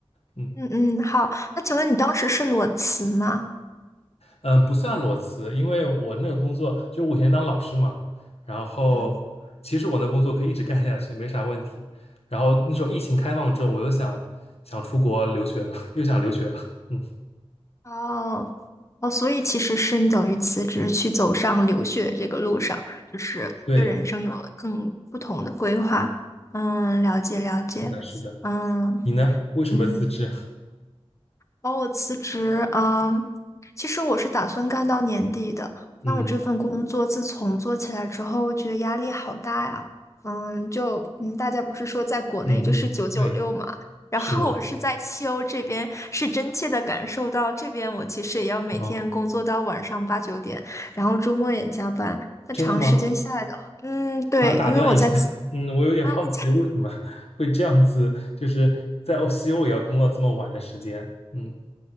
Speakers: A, on the left (about 75°); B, on the left (about 30°).
A: 嗯。
B: 嗯嗯，好。那请问你当时是裸辞吗？
A: 嗯，不算裸辞，因为我那个工作就我以前当老师嘛，然嗯后其实我那工作可以一直干下去，
B: 嗯。
A: 没啥问题。然后那时候疫情开放之后，我又想想出国留学了，<laughs> 又想留学了。嗯，
B: 哦，哦，所以其实是你等于辞职去走上留学这个路上，就是对人生有了更不同的规划。
A: 对，
B: 嗯，了解了解。
A: 是的，是的。
B: 嗯
A: 你呢？为什么辞职？
B: 嗯，
A: <laughs>
B: 哦，我辞职啊，其实我是打算干到年底的。
A: 嗯
B: 但我这份工作自从做起来之后，我觉得压力好大呀。嗯，就嗯，大家不是说在国内就是九九六嘛，
A: 嗯嗯，对，
B: 然后我是在西欧这边，
A: 是的，是的。
B: 是真切的感受到这边我其实也要每天工作到晚上八九点，
A: 哦，
B: 然后周末也加班。那长时间下来的话，
A: 真的吗？
B: 嗯，对，
A: 我想打断一下，
B: 因为我在
A: <laughs> 嗯，我有点好奇，
B: 啊，你
A: 为什么会这样子，就是在欧西欧也要工作这么晚的时间？嗯